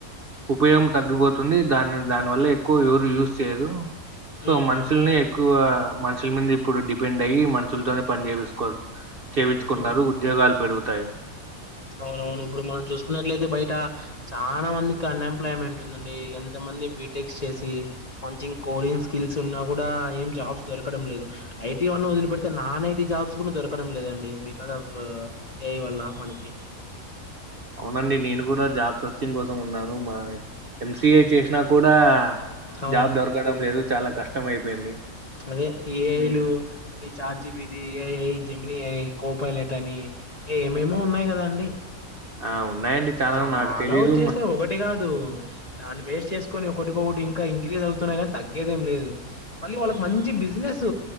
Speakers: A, on the right; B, on the left.
A: ఉపయోగం తగ్గిపోతుంది దాన్ దాని వల్ల ఎక్కువ ఎవరు యూజ్ చేయదు సో
B: ఉమ్
A: మనుషులని ఎక్కువ మనుషుల మీద ఇప్పుడు డిపెండ్ అయ్యి మనుషులతోనే పని చేపిసుకో చేవించుకున్నరు
B: ఉమ్
A: ఉద్యోగాలు పెరుగుతాయి
B: అవునవును ఇప్పుడు మనం చూసుకున్నట్లయితే బయట చాలా మందికి అన్ఎంప్లాయ్మెంట్ ఉందండి ఎంత మంది బీటెక్స్ చేసి మంచిం కోడింగ్ స్కిల్స్ ఉన్నా కూడా ఏం జాబ్స్ దొరకడం లేదు ఐటీ వన్న వదిలిపెడితే నాన్ ఐటీ జాబ్స్ కూడా దొరకడం లేదండి బికస్ ఆఫ్ ఏయ వల్ళ మనకి
A: అవునండి
B: హ్మ్.
A: నేను కూడా జాబ్ సర్చింగ్ కోసం ఉన్నాను మా ఎంసిఏ
B: హ్మ్.
A: చేసినా కూడా
B: అవునవును
A: జాబ్ దొరకడం లేదు చాలా కష్టం అయిపోయింది
B: అదే ఈ ఏఐలు
A: మీ
B: ఈ చాట్ జిబిది ఏ జెమినీ అ కోపలెట్ అని ఇంకా ఏమేమో ఉన్నయి కదా అండి
A: ఆ ఉన్నాయండి
B: చాలా
A: నాకు తెలీదు
B: వచ్చేసయి
A: మ-
B: ఒకటి టి కాదు దాన్ని బేస్ట్ చేసుకొని ఒకటికొకటి ఇంకా ఇంక్రీజ్ అవుతున్నయి కానీ తగ్గేదేం లేదు మళ్ళీ వాళ్ళకి మంచి బిజినెస్